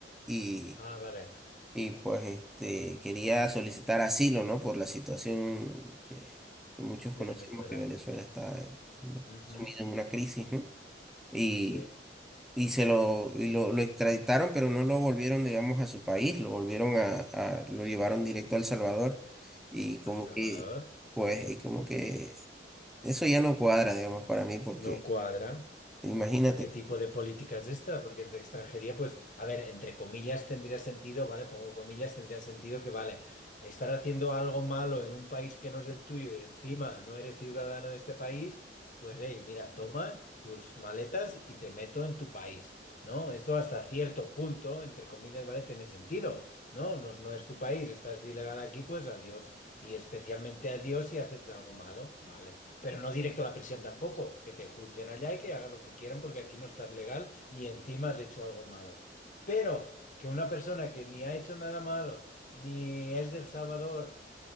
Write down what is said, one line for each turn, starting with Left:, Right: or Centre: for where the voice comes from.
Centre: y,
Left: Ah, vale,
Centre: y pues, este, quería solicitar asilo, ¿no? Por la situación que, que muchos
Left: de
Centre: conocemos
Left: Venezuela.
Centre: que Venezuela está en-
Left: Ujú,
Centre: sumida en una crisis, ¿no? Y,
Left: Sí,
Centre: y se lo, y lo, lo extraditaron, pero no lo volvieron, digamos, a su país, lo volvieron a, a- lo llevaron directo a El Salvador y como
Left: al Salvador.
Centre: que, pues, y como que eso ya no cuadra, digamos, para mí, porque
Left: No cuadra.
Centre: imagínate,
Left: ¿Y qué tipo de política es esta? Porque de extranjería, pues, a ver, entre comillas tendría sentido, ¿vale? Pongo comillas, tendría sentido que, vale, estar haciendo algo malo en un país que no es el tuyo y encima no eres ciudadano de este país, pues, hey, mira, toma tus maletas y te meto en tu país, ¿no? Esto hasta cierto punto, entre comillas, ¿vale? Tiene sentido, ¿no? No, es- no es tu país, estás de ilegal aquí, pues adiós. Y especialmente adiós si haces algo malo, ¿vale? Pero no directo a la prisión tampoco, que te juzguen allá y que hagan lo que quieran porque aquí no estás legal y encima has hecho algo malo. Pero que una persona que ni ha hecho nada malo, ni es del Salvador,